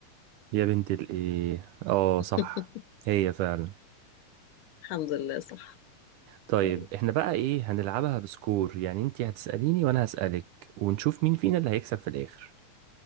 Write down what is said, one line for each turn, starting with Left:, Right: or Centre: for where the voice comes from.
Right: يا بنت الايه اه
Left: <laughs>
Right: صح هي فعلا
Left: الحمد لله صح
Right: طيب
Left: طيب
Right: احنا بقى ايه هنلعبها بسكور يعني انتي هتسأليني وانا هسألك ونشوف مين فينا اللي هيكسب في الاخر